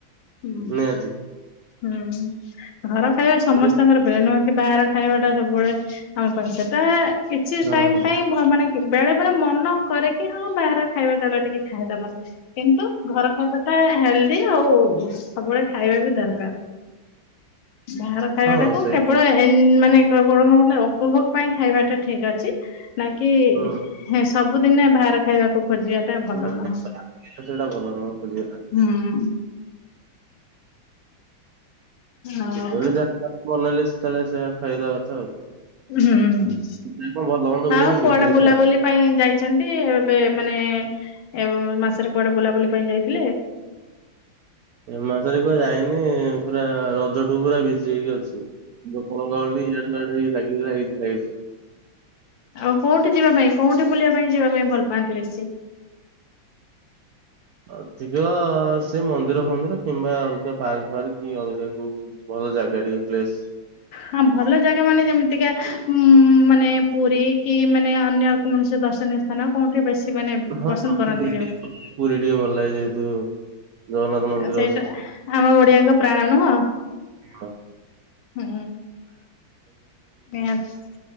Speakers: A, on the left (about 70°); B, on the right (about 70°).
A: ହୁଁ।
B: ନିହାତି
A: ହୁଁ ଘର ଖାଇବା ସମସ୍ତଙ୍କର
B: ସେ
A: ପ୍ରିୟ ନୁହଁ କି? କି ବାହାର ଖାଇବା ଟା ସବୁବେଳେ ଆମ ପାଇଁ ସେଟା କିଛି
B: ହଁ
A: ଟାଇମ
B: ହଁ
A: ପାଇଁ ଭଲ ମାନେ ବେଳେ ବେଳେ ମନ କରେ କି ହଁ ବାହାର ଖାଇବା ଚାଲ ଟିକେ ଖାଇଦବା। କିନ୍ତୁ ଘର ଖାଇବା ଟା ହେଲ୍ଦି ଆଉ ସବୁବେଳେ ଖାଇବା ବି ଦରକାର। ବାହାର ଖାଇବାଟାକୁ
B: ହଁ ସେଇଟା
A: କେବଳ ଏନ ମାନେ କଣ ଉପଭୋଗ ପାଇଁ ଖାଇବାଟା ଠିକ ଅଛି। ନାଇଁକିି
B: ହୁଁ
A: ସବୁଦିନେ ବାହାର ଖାଇବା ଖୋଜିବାଟା ଭଲ
B: ମୁଁ
A: ନୁହଁ
B: ଜାଣିଛି ସେଇଟା ଭଲ ନୁହଁ ଖୋଜିବାଟା।
A: ହୁଁ। ଆଉ
B: ଯେତେବେଳେ ଯାହା ବନେଇଲେ ସେତେଲେ ସେଇଆ ଖାଇଦବା କଥା ଆଉ।
A: ଉୁଁ ହୁଁ ହୁଁ।
B: <inaudible> କଣ ଭଲ ମନ୍ଦ ହୁଏନି
A: ଆଉ କୁଆଡେ
B: କି ହୁଏ
A: ବୁଲାବୁଲି
B: ସଦା।
A: ପାଇଁ ଯାଇଛନ୍ତି ଏବେ ମାନେ ଏ ମାସରେ କୁଆଡେ ବୁଲାବୁଲି ପାଇଁ ଯାଇଥିଲେ।
B: ଏ ମାସରେ କୁଆଡେ ଯାଇନି ପୁରା ରଜଠୁ ପୁରା ବିଜି ହେଇକି ଅଛି। ୋକଣ ଗାଉ <unintelligible> ଏଡେ ବଡ ଲାଗିଚି ଲାଗଛି ଲାଗିଛି।
A: ଆଉ କୋଉଠି ଯିବା ପାଇଁ କୋଉଠି ବୁଲିବା ପାଇଁ ଯିବା ପାଇଁ ଭଲ ପାଆନ୍ତି ବେଶୀ?
B: ଅଧିକ ସେ ମନ୍ଦିର ଫନ୍ଦିର କିମ୍ବା ଅଲଗା ପାର୍କ ଫାର୍କ କି ଅଲଗା କଉ ଭଲ ଜାଗାଟିକେ ପ୍ଲେସ।
A: ହଁ ଭଲ ଜାଗା ମାନେ ଯେମ ଟିକେ ଉଁ ମାନେ ପୁରୀ କି ମାନେ ଅନ୍ୟ କୌଣସି ଦର୍ଶନୀୟ ସ୍ଥାନ କୋଉଠି ବେଶୀ ମାନେ
B: ହଁ
A: ପସନ୍ଦ କରନ୍ତି
B: ପୁରୀ
A: ଯୋଉ
B: ଟିକେ ପୁରୀ ଟିକେ ଭଲ ଲାଗେ ଯେହେତୁ ଜଗନ୍ନାଥ ମନ୍ଦିର
A: ଆ ସେଇଟା
B: ଅଛି।
A: ଆମ ଓଡିଆଙ୍କ ପ୍ରାଣ ନୁହଁ?
B: ପ୍ରାୟ
A: ହୁଁ ନିହାତି।